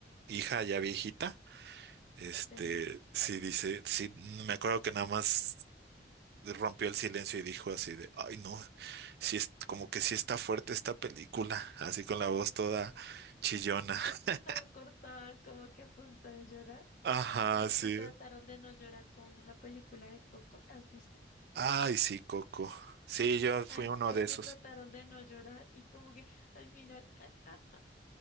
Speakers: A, on the right (about 60°); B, on the left (about 45°).
A: hija ya viejita, este,
B: sí.
A: sí dice, sí, me acuerdo que nada más rompió el silencio y dijo así de, ay, no, sí es como que sí está fuerte esta película, así con la voz toda chillona. <laughs>
B: Estaba cortada, como que a punto de llorar,
A: Ajá,
B: como los
A: sí.
B: que trataron de no llorar con la película de Coco, ¿la has visto?
A: Ay, sí, Coco. Sí, yo fui
B: Hay muchos
A: uno de esos.
B: que trataron de no llorar y como que al final, ah, ah,